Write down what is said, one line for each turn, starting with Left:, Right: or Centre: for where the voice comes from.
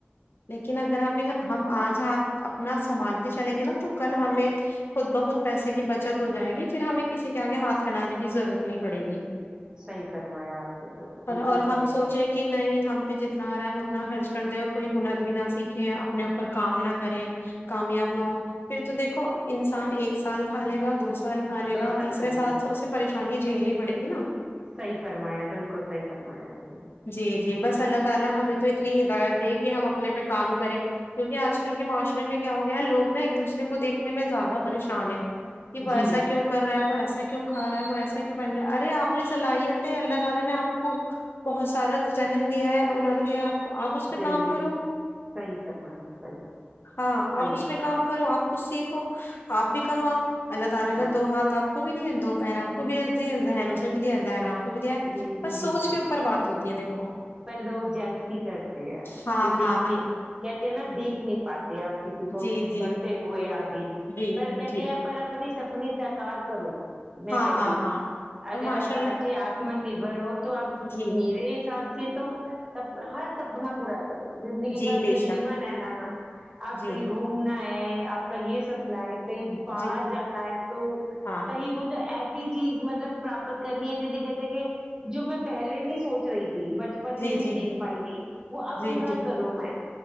Left: لیکن اگر ہم ہم آج ہاتھ اپنا سنبھال کے چلیں گے نا تو کل ہمیں خود بخود پیسے کی بچت ہو جائے گی پھر ہمیں کسی کے آگے ہاتھ پھیلانے ضرورت نہیں پڑے گی
Right: صحیح فرمایا آپ نے
Left: اور
Right: بالکل
Left: اور ہم
Right: بالکل
Left: سوچیں کہ نہیں ہم جتنا آرہا ہے خرچ کر دے اور کوئی ہنر بھی نہ سیکھے اپنے اپر کام نہ کرے کامیاب نہ ہو پھر جو دیکھو انسان ایک سال کھا لے گا دو سال کھالے
Right: دو
Left: گا تیسرے
Right: چلے
Left: سال سے اسے پریشانی شانی جھیلنی پڑے گی نا
Right: صحی فرمایا بالکل صحی فرمایا آپ نے
Left: جی جی بس اللہ تعالی ہمیں تو اتنی ہدایت دے کہ ہم اپنے پہ کام کریں کیونکہ آج کل کے معاشم میں کیا ہو گیا ہے لوگ نا ایک دوسرے کویکھنے میں زیادہ پریشان ہیں کہ وہ ایسا
Right: جی
Left: کیوں کر رہا ہے وہ ایسا کیوں کھ رہا ہے وہ ایسا کیوں پہن رہا ہے ارے آپ نے صلاحیت ہے اللہ تعالی نے آپ کو بہت سارا ذہن دیا ہے ہنر دیا آپ اس پہ
Right: جی
Left: کام
Right: جی
Left: کرو
Right: صحیح فرمایا صحیح
Left: ہاں
Right: صحیح
Left: آپ اس پہ کام کرو آپ کچھ سیکھو آپ بھی کماؤ اللہ تعالی
Right: صحیح
Left: نے دو ہاتھ آپ کو بھی د دوپہر آپ کو بھی د ذن بھی دیا ذنا آپ کو بھی دیا ہے
Right: جی
Left: بس
Right: جی
Left: سوچ
Right: جی
Left: کے اوپر بات ہوتی ہے دیکھو
Right: پر لوگ جل کرتے ہیں
Left: ہاں
Right: وہ دیکھتے
Left: ہاں ہاں
Right: کہتے ہیں نا دیکھ نہیں پاتے آپ کسی کو
Left: جی جی
Right: بڑھتے ہوئے آگے
Left: جی
Right: پر کہتے
Left: جی
Right: ہیں پر اپنی سب اپنی سکار کرو میں
Left: ہاں
Right: کہتی
Left: ہاں
Right: ہ
Left: ہاں
Right: اگر
Left: اور ماشاء
Right: آپ
Left: اللہ
Right: اچھے آتم نربر ہو تو آپ
Left: جی
Right: میرے حساب تو ہر سپنا پورا زندگی
Left: جی
Right: کا
Left: بے
Right: جو جیمن
Left: شک
Right: ہے نا نا آپ
Left: جی
Right: کہیں گھومنا ہے آپ کا یہ سپنا ہے کہیں باہر
Left: جی
Right: جانا ہے تو
Left: ہاں
Right: کہیں مجھے ایس چیز مطلب پراپت کرنی ہے جیسے کہتے کہ جو میں پہلے نہیں سوچ رہی تھی بچپن
Left: جی
Right: میں نہیں
Left: جی
Right: دیکھ
Left: جی
Right: پائی تھی وہ اب
Left: جی
Right: پورا
Left: جی
Right: کروں میں